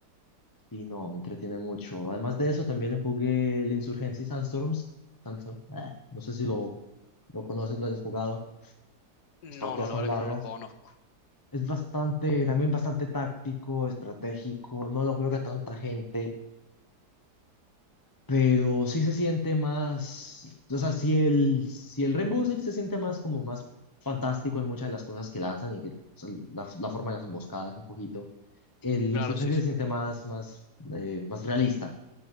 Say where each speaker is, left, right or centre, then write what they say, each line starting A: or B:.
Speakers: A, on the left; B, on the left.
A: y no, entretiene mucho. Además de eso, también jugué el Insurgency Sandstorms. Sandstorm, eh, no sé si lo, lo conoces, lo hayas jugado.
B: No,
A: Las partidas
B: no, la
A: son
B: verdad
A: largas.
B: que no lo conozco.
A: Es bastante, también bastante táctico, estratégico, no lo juega tanta gente. pero sí se siente más, o sea, si el, si el Rainbow Six se siente más como más fantástico en muchas de las cosas que lanzan y que o sea, la, la forma de las emboscadas un poquito, el
B: Claro,
A: Insurgencia
B: sí, sí.
A: se siente más, más, eh, más realista,